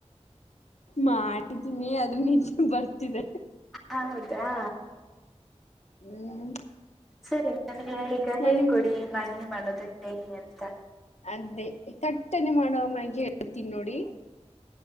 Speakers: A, on the left; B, in the centre.
A: ಮಾಡಿದೀನಿ ಅದು ನಿದ್ದೆ ಬರ್ತಿದೆ.
B: ಹೌದಾ.
A: ಹ್ಮ್.
B: ಸರಿ ನನಗೆ ಈಗ
A: ನಾ
B: ಹೇಳ್ಕೊಡಿ
A: ನಿಮ್
B: ಮ್ಯಾಗಿ ಮಾಡದು ಹೇಗೆ ಅಂತ.
A: ಅದೇ ತಟ್ಟನೆ ಮಾಡವ ಮ್ಯಾಗಿ ಹೇಳ್ತೀನಿ ನೋಡಿ.